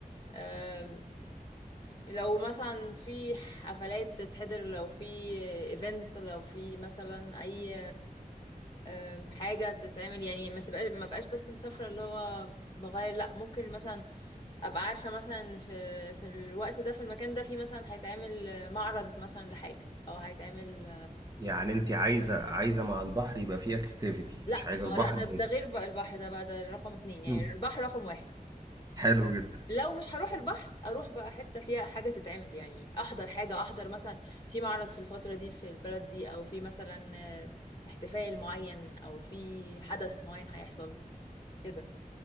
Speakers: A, on the left; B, on the right.
A: آم، لو مثلا في حفلات تتحضر لو في ايفنت لو في مثلا اي آم، حاجة تتعمل يعني ما تبقاش ما بقاش بس مسافرة اللي هو بغير لا ممكن مثلا ابقى عارفة مثلا إن في في الوقت ده في المكان ده في مثلا هيتعمل معرض مثلا لحاجة او هيتعمل
B: يعني انت عايزه عايزه مع البحر يبقى فيه اكتيفيتي
A: لا
B: مش عايزه
A: ما
B: البحر
A: هو لا ده
B: هادي
A: ده غير بقى البحر ده بقى ده رقم اتنين يعني
B: مم.
A: البحر رقم واحد
B: حلو جدا
A: لو مش هروح البحر اروح بقى حته فيها حاجه تتعمل يعني احضر حاجه احضر مثلا في معرض في الفتره دي في البلد دي او في مثلا آه، احتفال معين او في حدث معين هيحصل كده